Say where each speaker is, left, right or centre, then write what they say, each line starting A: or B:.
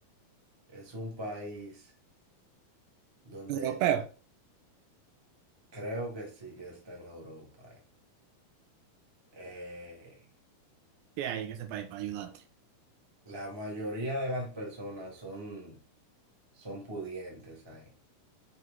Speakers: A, on the right; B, on the right.
A: Es un país donde
B: Europeo.
A: creo que sí que está en Europa. eh. Eh,
B: ¿Qué hay en ese país para ayudarte?
A: la mayoría de las personas son, son pudientes ahí.